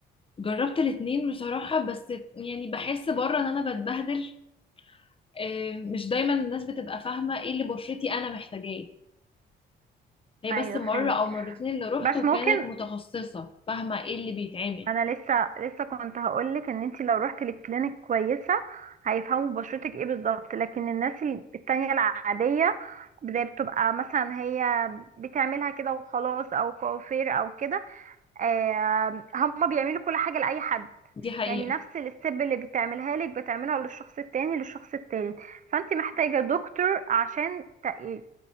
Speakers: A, on the left; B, on the right.
A: جربت الاتنين بصراحة بس يعني بحس بره ان انا بتبهدل آه، مش دايما الناس بتبقى فاهمة ايه اللي بشرتي انا محتاجاه هي
B: ايوه
A: بس مرة
B: فهمت
A: او مرتين اللي روحت
B: بس
A: وكانت
B: ممكن
A: متخصصة فاهمة ايه اللي بيتعمل
B: ما انا لسه لسه كنت هقولك ان انت لو رحت لكلينيك كويسه هيفهموا بشرتك ايه بالظبط لكن الناس ال- التانية العاديه زي بتبقى مثلا هي بتعملها كده وخلاص او كوافير او كده آه، هما بيعملوا كل حاجة لأي حد
A: دي حقيقة
B: يعني نفس الستيب اللي بتعملها لك بتعملها للشخص التاني للشخص التالت فانت محتاجة دكتور عشان ت- يعني